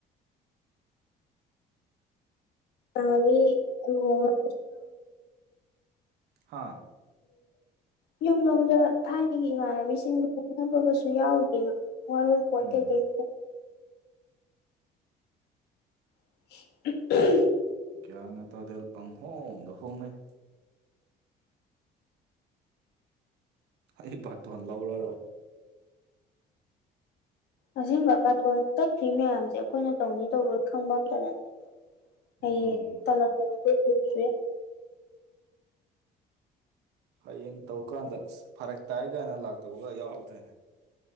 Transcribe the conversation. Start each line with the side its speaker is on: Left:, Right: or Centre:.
Left: ꯑꯗꯤ ꯍꯣꯝꯋꯔ
Right: ꯍꯥ
Left: ꯌꯨꯝꯂꯣꯝꯗ ꯊꯥꯏꯅꯒꯤ ꯏꯃꯥꯟꯅꯕꯤꯁꯤꯡ ꯂꯅꯕꯒꯁꯨ ꯌꯥꯎꯔꯤꯑꯕ ꯋꯥꯔꯣꯏ ꯄꯣꯠ
Right: ꯎꯝ
Left: ꯀꯩ ꯀꯩ <inaudible>
Right: ꯭ꯒꯌꯥ ꯉ ꯇꯗꯦꯜ ꯄꯪ ꯍꯣꯗ ꯍꯣꯡꯅꯩ ꯑꯩ ꯄꯥꯇꯣꯟ ꯂꯧꯔꯔꯣꯏ
Left: ꯑꯁꯤꯒꯨꯝꯕ ꯄꯥꯇꯣꯟ ꯆꯠꯇ꯭ꯔꯤ ꯃꯌꯥꯝꯁꯦ ꯑꯩꯈꯣꯏꯅ ꯇꯧꯅꯤ ꯇꯧꯔꯣꯏ ꯈꯪꯕ ꯑꯝꯇ ꯅꯠꯇꯦ ꯑꯩꯌꯦꯁꯦ
Right: ꯎꯝ ꯍꯌꯦꯡ ꯇꯧꯀꯥꯟꯗ ꯐꯔꯛ ꯇꯥꯏ ꯀꯥꯏꯅ ꯂꯥꯛꯇꯧꯕꯒ ꯌꯥꯎꯔꯧꯗꯣꯏꯅꯦ